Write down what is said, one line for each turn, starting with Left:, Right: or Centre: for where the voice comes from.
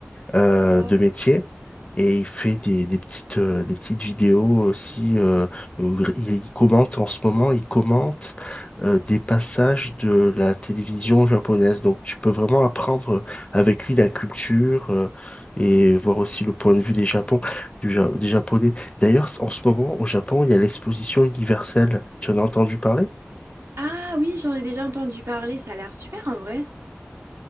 Left: euh,
Right: D'ac-
Left: de métier. Et il fait des, des petites, euh, des petites vidéos aussi euh, où il, il commente en ce moment, il commente euh, des passages de la télévision japonaise. Donc tu peux vraiment apprendre avec lui la culture euh, et voir aussi le point de vue des Japon, du Ja- des Japonais. D'ailleurs, en ce moment, au Japon, il y a l'exposition universelle. Tu en as entendu parler?
Right: Ah oui, j'en ai déjà entendu parler, ça a l'air super en vrai.